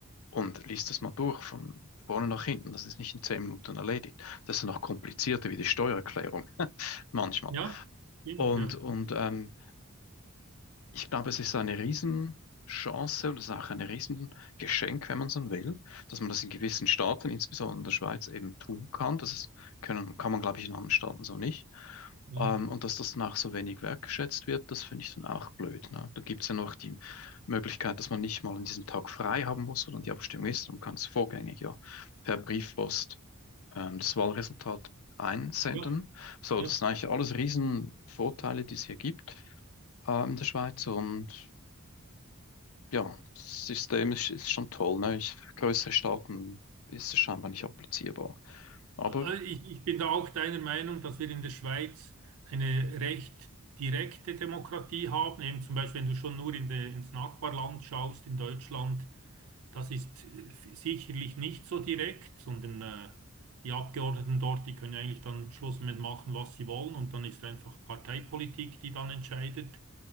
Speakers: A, on the left; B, on the right.
A: und liest das mal durch von vorne nach hinten. Das ist nicht in zehn Minuten erledigt. Das ist noch komplizierter wie die Steuererklärung <laughs> manchmal.
B: Ja, stimmt,
A: Und,
B: ja.
A: und ähm, ich glaube, es ist eine Riesenchance und es ist auch ein Riesengeschenk, wenn man so will, dass man das in gewissen Staaten, insbesondere in der Schweiz, eben tun kann. Das ist, können, kann man, glaube ich, in anderen Staaten so nicht.
B: Nein.
A: Ähm, und dass das dann auch so wenig wertgeschätzt wird, das finde ich dann auch blöd. Ne? Da gibt es ja noch die Möglichkeit, dass man nicht mal an diesem Tag frei haben muss, sondern die Abstimmung ist. Man kann es vorgängig ja per Briefpost ähm, das Wahlresultat einsenden.
B: Ja,
A: So,
B: ja.
A: das sind eigentlich alles Riesenvorteile, die es hier gibt äh, in der Schweiz. Und ja, das System ist, ist schon toll. Ne? Ich, für größere Staaten ist es scheinbar nicht applizierbar. Aber
B: Also Ich, ich bin da auch deiner Meinung, dass wir in der Schweiz eine recht direkte Demokratie haben. Eben zum Beispiel, wenn du schon nur in de, ins Nachbarland schaust, in Deutschland, Das ist äh, sicherlich nicht so direkt, sondern äh, die Abgeordneten dort, die können eigentlich dann am Schluss mit machen, was sie wollen und dann ist einfach Parteipolitik, die dann entscheidet.